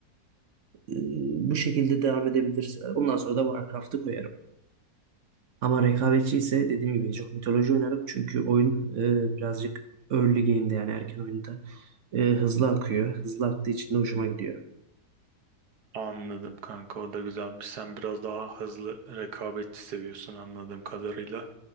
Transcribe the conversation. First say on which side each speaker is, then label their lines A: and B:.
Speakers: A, on the right (about 55°); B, on the right (about 80°).
A: Ee, bu şekilde devam edebilirsin. Ondan sonra da Warcraft'ı koyarım. Ama rekabetçi ise dediğim gibi Age of Mythology oynarım. Çünkü oyun e, birazcık early game'de yani erken oyunda e, hızlı akıyor. Hızlı aktığı için de hoşuma gidiyor.
B: Anladım kanka o da güzelmiş. Sen biraz daha hızlı rekabetçi seviyorsun anladığım kadarıyla.